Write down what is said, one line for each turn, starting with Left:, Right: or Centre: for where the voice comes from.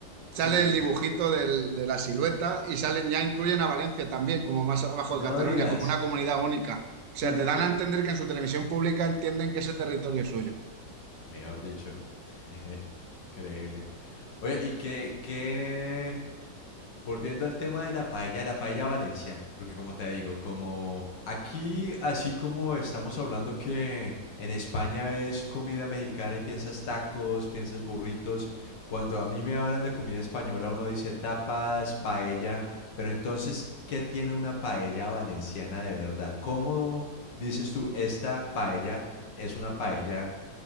Right: sale
Left: Sí, sí.
Right: el dibujito del- de la silueta y salen ya incluyen a Valencia también, como más abajo
Left: No
Right: de Cataluña,
Left: digas.
Right: como una comunidad única. O
Left: Sí,
Right: sea, te
Left: sí,
Right: dan
Left: sí.
Right: a entender que en su televisión pública entienden que ese territorio es suyo.
Left: Ah, Mejor dicho. <laughs> Increíble. Oye, ¿y qué, qué, Volviendo al tema de la paella, la paella valenciana, porque como te digo, como aquí, así como estamos hablando que en España ves comida mexicana y piensas tacos, piensas burritos, cuando a mí me hablan de comida española uno dice tapas, paella, pero entonces, ¿qué tiene una paella valenciana de verdad? ¿Cómo dices tú esta paella es una paella